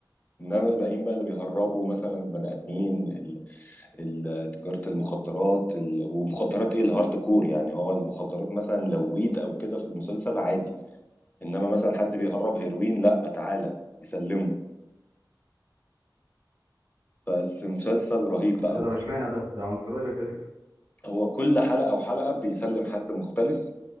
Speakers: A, on the left; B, on the right.
A: انما الباقيين بقى اللي بيهربوا مثلا بني ادمين ال- ال- تجاره المخدرات ال- ومخدرات ايه الهارد كور يعني هو المخدرات مثلا لو ويد او كده في المسلسل عادي انما مثلا حد بيهرب هيروين لا تعالى يسلمه بس مسلسل رهيب بقى
B: إيه ده طب اشمعنى ده ده عنصريه كده
A: هو كل حلقه وحلقه بيسلم حد مختلف